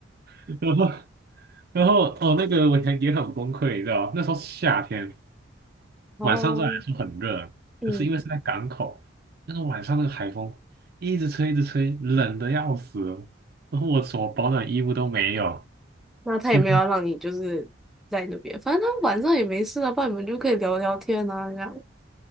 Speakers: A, on the right; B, in the centre.
A: <laughs>”然后然后哦，那个我也也很崩溃，你知道，那时候是夏天，
B: 哦，
A: 晚上虽然说很热，
B: 嗯，
A: 可是因为是在港口，那个晚上那个海风一直吹一直吹，冷的要死了然后我什么保暖衣物都没有，
B: 那他也没有要让你就是在那边，
A: 几乎
B: 反正他晚上也没事啊，不然你们就可以聊聊天啊，这样